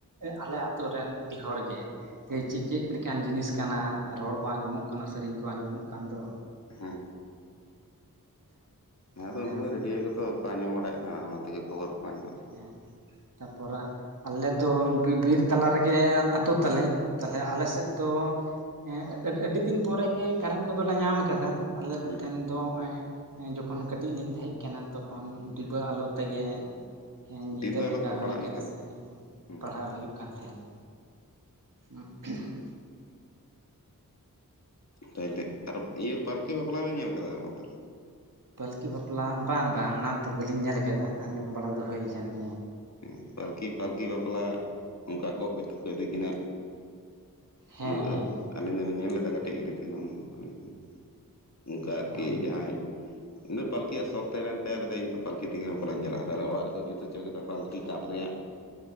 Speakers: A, on the right; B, on the left.
A: ᱟᱞᱮ ᱟᱛᱳ ᱨᱮᱱ ᱟᱹᱰᱤ ᱦᱚᱲ ᱜᱮ ᱡᱮ
B: ᱦᱮᱸ
A: ᱪᱮᱫ ᱞᱮᱠᱟᱱ ᱡᱤᱱᱤᱥ ᱠᱟᱱᱟ ᱨᱚᱲ ᱠᱚ ᱟᱸᱡᱚᱢᱚᱜ ᱠᱟᱱᱟ ᱥᱮᱨᱮᱧ ᱠᱚ ᱟᱸᱡᱚᱢᱚᱜ ᱠᱟᱱ ᱫᱚ
B: ᱦᱮᱸ
A: ᱛᱟᱦᱚᱞᱮ
B: ᱦᱮᱸᱛᱚ ᱩᱱ
A: ᱦᱮᱸ
B: ᱥᱚᱢᱚᱭ ᱨᱮᱰᱤᱭᱳ ᱛᱚ ᱚᱠᱟ ᱧᱚᱢ ᱵᱟᱲᱟᱭᱮᱫ ᱛᱟᱦᱮᱱᱟ ᱚᱱᱟ ᱛᱮᱜᱮ ᱠᱷᱚᱵᱚᱨ ᱠᱚ ᱟᱸᱡᱚᱢᱮᱫ ᱛᱟᱦᱮᱱᱟ
A: ᱦᱮᱸ ᱛᱟᱨᱯᱚᱨᱮ ᱟᱞᱮ ᱫᱚ ᱵᱤᱨ ᱛᱟᱞᱟ ᱨᱮᱜᱮ ᱟᱹᱛᱩ ᱛᱟᱞᱮ ᱛᱟᱦᱞᱮ ᱟᱞᱮ ᱥᱮᱫ ᱫᱚ ᱦᱮᱸ ᱟᱹᱰᱤ ᱫᱤᱱ ᱯᱚᱨᱮᱜ ᱜᱮ ᱠᱟᱨᱮᱱᱴ ᱠᱚᱫᱚᱞᱮ ᱧᱟᱢ ᱠᱟᱫᱟ ᱟᱞᱮ
B: ᱦᱮᱸ
A: ᱴᱷᱮᱱ ᱫᱚ ᱱᱚᱜᱼᱚᱭ ᱡᱚᱠᱷᱚᱱ ᱠᱟᱹᱴᱤᱡ ᱞᱤᱧ ᱛᱟᱦᱮᱸ ᱠᱟᱱᱟ ᱛᱚᱠᱷᱚᱱ ᱰᱤᱵᱟᱹ ᱟᱞᱚ ᱛᱮᱜᱮ ᱦᱮᱸ ᱧᱤᱫᱟᱹ
B: ᱰᱤᱵᱟᱹ ᱟᱞᱚ
A: ᱟᱸᱜᱟ
B: ᱛᱮᱜᱮ
A: ᱦᱩᱭ
B: ᱯᱟᱲᱦᱟᱜ ᱦᱩᱭᱩᱜ
A: ᱠᱟᱱᱟ
B: ᱠᱟᱱ
A: ᱥᱮ
B: ᱛᱟᱦᱮᱱᱟ
A: ᱦᱮᱸ
B: ᱦᱮᱸ
A: ᱯᱟᱲᱦᱟᱣ ᱦᱩᱭᱩᱜ ᱠᱟᱱ ᱛᱟᱦᱮᱱᱟ <unintelligible>
B: ᱛᱟᱦᱞᱮ ᱟᱨ ᱤᱭᱟᱹ ᱯᱟᱞᱠᱤ ᱵᱟᱯᱞᱟ ᱵᱤᱱ ᱧᱮᱞ ᱠᱟᱫᱟ ᱥᱮ ᱵᱟᱝ ᱛᱟᱦᱞᱮ
A: ᱯᱟᱹᱞᱠᱤ ᱵᱟᱯᱞᱟ ᱵᱟᱝ ᱵᱟᱝ ᱚᱱᱟᱫᱚ ᱵᱟᱹᱞᱤᱧ ᱧᱮᱞ ᱠᱮᱫᱟ ᱟᱸᱡᱚᱢ ᱵᱟᱲᱟ ᱫᱚ ᱦᱩᱭ ᱟᱠᱟᱱ ᱜᱮᱭᱟ
B: ᱦᱮᱸ ᱯᱟᱞᱠᱷᱤ ᱯᱟᱞᱠᱷᱤ ᱵᱟᱯᱞᱟ ᱚᱱᱠᱟ ᱜᱚᱜ ᱠᱟᱛᱮᱜ ᱠᱚ ᱤᱫᱤ ᱠᱤᱱᱟᱹ
A: ᱦᱮᱸ
B: ᱚᱱᱟᱫᱚ
A: ᱦᱮᱸ
B: ᱟᱹᱞᱤᱧ ᱫᱚᱞᱤᱧ ᱧᱮᱞ ᱞᱮᱫᱟ ᱠᱟᱹᱴᱤᱡ ᱜᱮᱞᱤᱧ ᱛᱟᱦᱮ ᱠᱟᱱᱟ <inaudible> ᱚᱱᱠᱟ ᱟᱨᱠᱤ
A: ᱚ
B: ᱡᱟᱦᱟᱸᱭ ᱤᱧ ᱫᱚ ᱯᱟᱞᱠᱮᱭᱟᱜ ᱥᱚᱠ ᱛᱟᱦᱮᱸ ᱞᱮᱱ ᱛᱟᱭᱟ ᱞᱮᱫᱟ ᱤᱧ ᱯᱟᱞᱤ ᱛᱮᱜᱮ ᱵᱟᱯᱞᱟ ᱤᱧ ᱪᱟᱞᱟᱜᱼᱟ ᱛᱟᱦᱚᱞᱮ ᱚᱲᱟᱜ ᱨᱮᱠᱚ ᱡᱩᱛ ᱦᱚᱪᱚ ᱠᱮᱫᱟ ᱯᱟᱞᱠᱤ ᱠᱤ ᱠᱟᱴ ᱨᱮᱭᱟᱜ